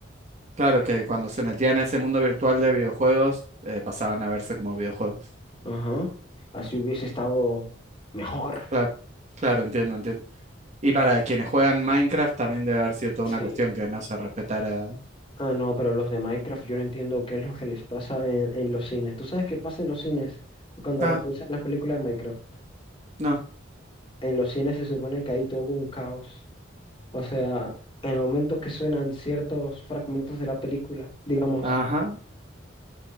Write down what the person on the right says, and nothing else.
Claro, que cuando se metían a ese mundo virtual de videojuegos, eh, pasaban a verse como videojuegos.
Claro, claro, entiendo, entiendo. Y para quienes juegan Minecraft también debe haber sido toda
una cuestión que no se respetara.
Ah,
no.
Ajá,